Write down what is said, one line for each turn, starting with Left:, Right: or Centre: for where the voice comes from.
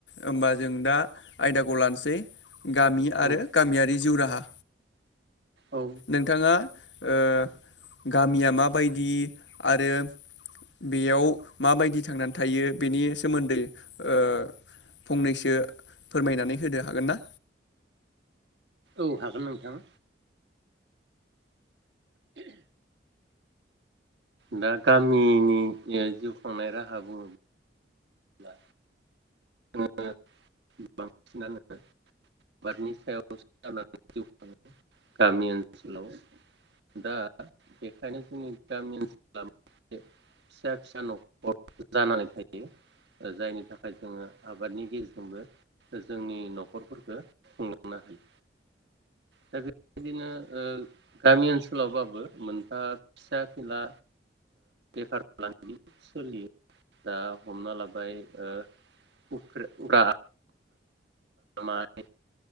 Left: होमबा जों दा आयदाखौ लानोसै गामि
Right: औ
Left: आरो गामियारि जिउ रा‌ हा।
Right: औ
Left: नोंथाङा ओ गामिया माबायदि आरो बेयाव माबायदि थांनानै थायो बेनि सोमोन्दै ओ फंनैसो फोरमायनानै होनो हागोन ना?
Right: औ हागोन नोंथां। दा गामिनि जिउ खांनाय राहा बुङो ब्ला जोङो बांसिनानो आबादनि सायावो जानानै जिउ खाङो गामि ओनसोलाव। दा बेखायनो जोंनि गामि ओनसोला मोनसे फिसा फिसा न'खर जानानै थायो जायनि थाखाय जोङो आबादनि गेजेरजोंबो जोंनि न'खरफोरखौ खुंलांनो हायो। दा बेबायदिनो ओ गामि ओनसोलावबाबो मोनफा फिसा फिनला बेफार फालांगि सोलियो दा हमना लाबाय ओ उफेर उरा माइ